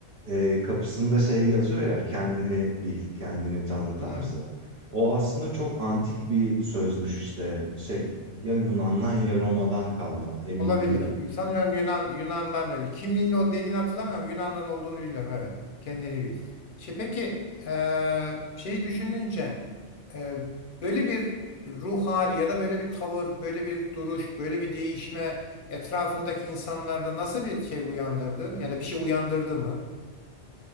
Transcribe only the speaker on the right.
Ee, kapısında şey yazıyor ya kendini bil, kendini tanı tarzı.
O aslında çok antik bir sözmüş işte. Şey, ya Yunan'dan ya Roma'dan kalma emin
değilim.